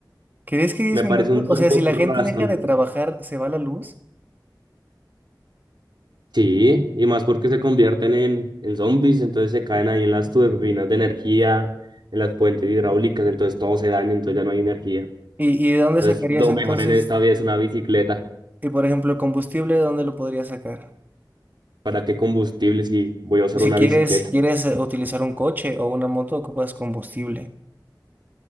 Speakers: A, on the right; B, on the right.
A: ¿Crees que 10
B: Me
A: minutos?
B: parece un tiempo
A: O sea, si la
B: razonable.
A: gente deja de trabajar, ¿se va la luz?
B: Sí, y más porque se convierten en, en zombies, entonces se caen ahí en las turbinas de energía, en las puentes hidráulicas, entonces todo se daña, entonces ya no hay energía.
A: ¿Y, y de dónde
B: Entonces,
A: sacarías
B: lo
A: entonces,
B: mejor en esta vida es una bicicleta.
A: y por ejemplo, el combustible, de dónde lo podrías sacar?
B: ¿Para qué combustible si voy a usar
A: Si
B: una
A: quieres,
B: bicicleta?
A: quieres eh, utilizar un coche o una moto, ocupas combustible.